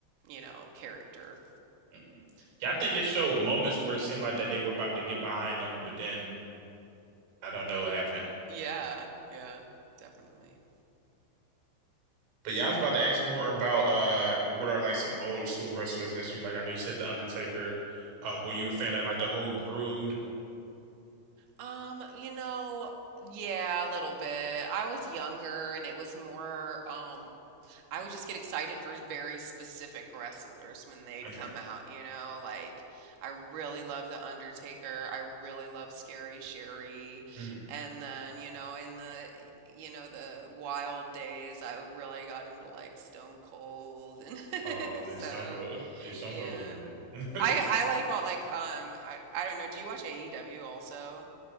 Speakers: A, on the right (about 55°); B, on the right (about 90°).
A: you know, character.
B: Mm-mm. yeah. I think they showed moments where it seemed like that they were about to get behind them, but then I don't know what happened.
A: Yeah, yeah, definitely.
B: But yeah, I was about to ask more about uh, what are like some old school wrestlers that you like? I know you said The Undertaker. Uh, were you a fan of like the whole Brood?
A: Um, you know, yeah, a little bit. I was younger and it was more, um, I would just get excited for very specific wrestlers when they'd
B: Okay.
A: come out, you know, like I really love The Undertaker, I really love Scary Sherry,
B: hmm
A: and then, you know, in the, you know, the wild days, I really got into like Stone Cold and <laughs>
B: Oh,
A: so,
B: it's Stone Cold. It's Stone
A: yeah.
B: Cold was good.
A: I I
B: <laughs>
A: like all like um I I don't know, do you watch AEW also?